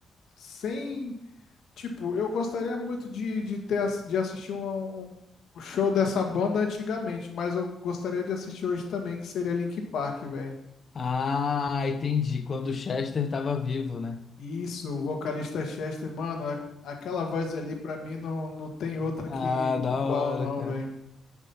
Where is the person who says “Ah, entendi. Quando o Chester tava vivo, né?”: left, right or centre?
Left